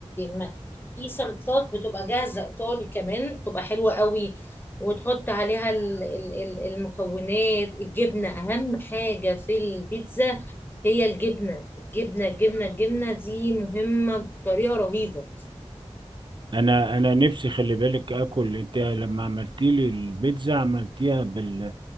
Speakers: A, on the left; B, on the right.
A: م- في صلصات بتبقى جاهزه ايطالي كمان بتبقى حلوه قوي وتحط عليها ال- ال- ال- المكونات الجبنه اهم حاجه في البيتزا هي الجبنه الجبنه الجبنه الجبنه دي مهمه بطريقه رهيبه
B: انا انا نفسي خلي بالك اكل انت لما عملتي لي البيتزا عملتيها بال...